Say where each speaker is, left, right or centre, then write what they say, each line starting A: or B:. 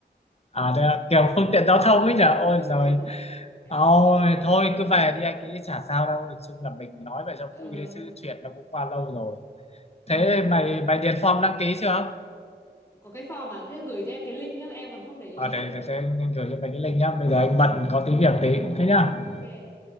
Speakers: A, on the left; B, on the left.
A: à đây là kiểu phương tiện giao thông ấy nhở ôi
B: <laughs>
A: rồi ôi
B: Trời
A: thôi
B: ơi.
A: cứ về đi anh nghĩ chả sao đâu Nói chung là mình nói vậy cho
B: Ờ,
A: vui đấy chứ chuyện nó cũng qua lâu rồi
B: ừ.
A: thế mày mày điền form đăng ký chưa
B: Có cái form mà thế gửi cho em cái link nhá, em còn không để ý
A: ờ để,
B: ấy.
A: để, để anh anh gửi cho mày cái link nhá bây giờ anh bận có tí việc tí thế nhá
B: Ok.